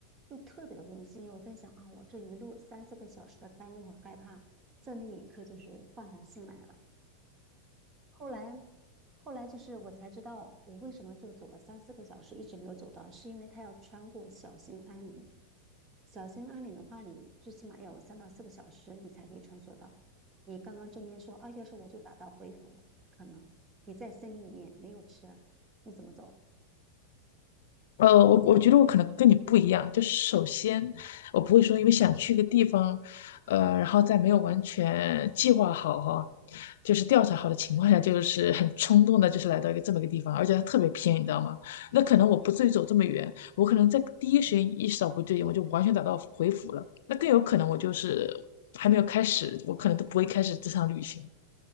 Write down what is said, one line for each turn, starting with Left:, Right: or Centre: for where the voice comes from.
Right: 就特别的温馨。我在想啊，我这一路三四个小时的担忧和害怕，在那一刻就是放下心来了。后来，后来就是我才知道，我为什么就走了三四个小时，一直没有走到，是因为他要穿过小兴安岭。小兴安岭的话，你最起码要有三到四个小时，你才可以穿梭到。你刚刚中间说啊，要是我就打道回府了，可能你在森林里面没有吃啊你怎么走啊？
Left: 呃，我我觉得我可能跟你不一样，就是首先我不会说因为想去一个地方，呃，然后在没有完全计划好哈，就是调查好的情况下，就是很冲动的，就是来到一个这么一个地方，而且它特别偏，你知道吗？那可能我不至于走这么远，我可能在第一时间意识到不对劲，我就完全打道回府了。那更有可能我就是还没有开始，我可能都不会开始这场旅行。